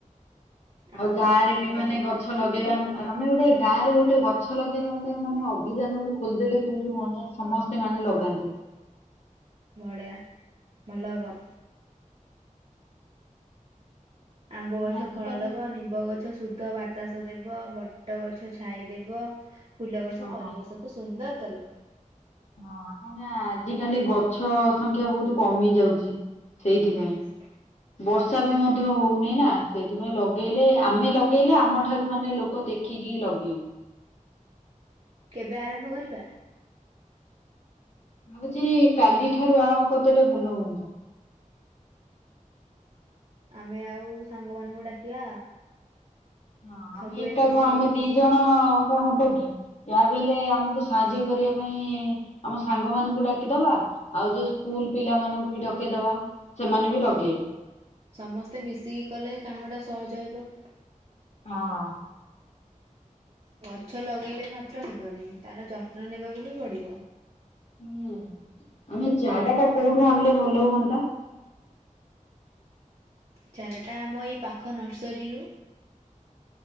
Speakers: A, on the right; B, on the left.
A: ଆମ୍ବ
B: ଆଉ ଗାଁ
A: ଗଛ
B: ରେ
A: ଫଳ
B: ବି ମାନେ
A: ଦେବ
B: ଗଛ ଲଗେଇବା ଆମ ଆ ଆମେ ଗୋଟେ ଗାଁରେ ଗୋଟେ ଗଛ ଲଗେଇବା ଗୋଟେ ମାନେ ଅଭିଯାନ ଗୋଟେ ଖୋଲିଦଲେ କେମିତି ହୁଅନ୍ତା ସମସ୍ତେ ମାନେ ଲଗାନ୍ତେ
A: ବଢିଆ ଭଲ ହବ ଆମ୍ବ
B: ମାନେ
A: ଗଛ
B: ଆଜିକାଲି
A: ଫଳ ଦବ ନିମ୍ବ ଗଛ ଶୁଦ୍ଧ ବାତାସ ଦେବ ବଟ ଗଛ ଛାଇ ଦେବ ଫୁଲ ଗଛ
B: ହଁ
A: ପରିବେଶକୁ ସୁନ୍ଦର କରିବ
B: ହଁ କାହିଁକ ନା ଆଜି କାଲି ଗଛ ସଂଖ୍ୟା ବହୁତ କମି ଯାଉଚି ସେଇଥିପାଇଁ
A: ହୁଁ
B: ବର୍ଷ ବର୍ଷା ବି ମଧ୍ୟ ହଉନି ନା ସେଇଥିପାଇଁ ଲଗେଇଲେ ଆମେ ଲଗେଇଲେ ଆମଠାରୁ ମାନେ ଲୋକ ଦେଖିକି ଲ ଲଗେଇବୁ
A: କେବେ ଆରମ୍ଭ କରିବା?
B: ଭାବୁଛି କାଲି ଠାରୁ ଆରମ୍ଭ କରିଦେଲେ ଭଲ ହୁଅନ୍ତା
A: ଆମେ ଆଉ ସାଙ୍ଗମାନାନଙ୍କୁ ଡାକିବା
B: ହଁ ଆମେ
A: ସବୁ
B: ଏକା
A: ଏ ମିଶିକି
B: କଣ ଆମେ ଦି ଜଣ ଆ କଣ ହବ କି ଯାହା ବି ହେଲେ ଆମକୁ ସାହାଯ୍ୟ କରିବା ପାଇଁ ଆମ ସାଙ୍ଗ ମାନଙ୍କୁ ଡାକିଦବା ଆଉ ଯୋଉ ସ୍କୁଲ ପିଲା ମାନଙ୍କୁ ବି ଡକେଇଦବା ସେମାନେ ବି
A: ସମ
B: ଲଗେଇବେ।
A: ସମସ୍ତେ ମିଶିକି କଲେ କାମଟା ସହଜ ହେବ
B: ହଁ।
A: ଗଛ ଲଗେଇଲେ ମାତ୍ର ହେବନି ତାର ଯତ୍ନ ନେବାକୁ ବି ପଡିବ
B: ହୁଁ ଆମେ ଚାରା ଟା କୋଉଠୁ ଆଣିଲେ ଭଲ ହୁଅନ୍ତା?
A: ଚାରାଟା ଆମ ଏଇ ପାଖ ନର୍ସରୀରୁ।